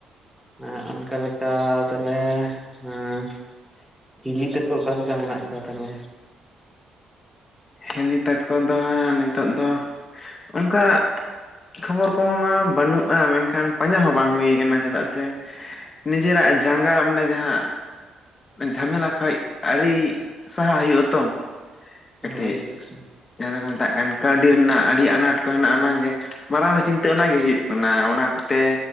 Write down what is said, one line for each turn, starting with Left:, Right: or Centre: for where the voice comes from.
Centre: ᱦᱮᱸ ᱚᱱᱠᱟ ᱞᱮᱠᱟ ᱛᱟᱦᱚᱞᱮ, ᱦᱩᱸᱼᱼ ᱦᱤᱞᱤ ᱛᱟᱠᱚ ᱚᱠᱟ ᱞᱮᱠᱟ ᱢᱮᱱᱟᱜ ᱠᱚᱣᱟ ᱛᱟᱦᱚᱞᱮ?
Left: ᱦᱤᱞᱤ ᱛᱟᱠᱚ ᱫᱚ ᱦᱟᱸᱜ ᱱᱤᱛᱚᱜ ᱫᱚ ᱚᱱᱠᱟᱼᱼ ᱠᱷᱚᱵᱚᱨ ᱠᱚᱦᱚᱸ ᱢᱟ ᱵᱟᱹᱱᱩᱜᱼᱟ, ᱢᱮᱱᱠᱷᱟᱱ ᱯᱟᱸᱡᱟ ᱦᱚᱸ ᱵᱟᱝ ᱦᱩᱭ ᱟᱠᱟᱱᱟ, ᱪᱮᱫᱟᱜ ᱥᱮ ᱱᱤᱡᱮᱨᱟᱜ ᱡᱟᱸᱜᱟ ᱢᱟᱱᱮ ᱡᱟᱦᱟᱸ ᱡᱷᱟᱢᱮᱞᱟ ᱠᱷᱚᱡ ᱟᱹᱨᱤ ᱥᱟᱦᱟ ᱦᱩᱭᱩᱜ ᱟᱛᱚ, ᱠᱟᱹᱴᱤᱡ
Centre: ᱚ ᱟᱪᱪᱷᱟ ᱾
Left: ᱡᱟᱦᱟᱸ ᱫᱚ ᱠᱚ ᱢᱮᱛᱟᱜ ᱠᱟᱱ ᱠᱟᱹᱣᱰᱤ ᱨᱮᱱᱟᱜ ᱟᱹᱰᱤ ᱟᱱᱟᱴ ᱠᱚ ᱦᱮᱱᱟᱜᱼᱟ ᱚᱱᱟᱜᱮ ᱾ ᱢᱟᱨᱟᱝ ᱨᱮ ᱪᱤᱱᱛᱟᱹ ᱚᱱᱟ ᱜᱮ ᱦᱩᱭᱩᱜ ᱠᱟᱱᱟ, ᱚᱱᱟ ᱠᱚᱛᱮ